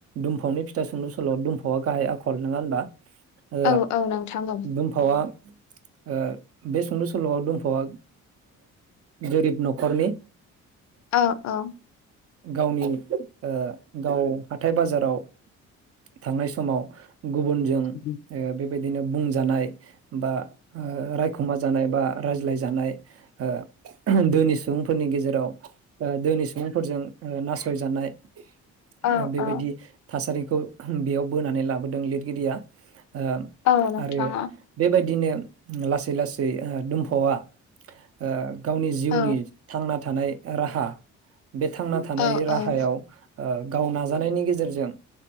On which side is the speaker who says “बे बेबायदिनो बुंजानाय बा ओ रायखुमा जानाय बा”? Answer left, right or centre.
Right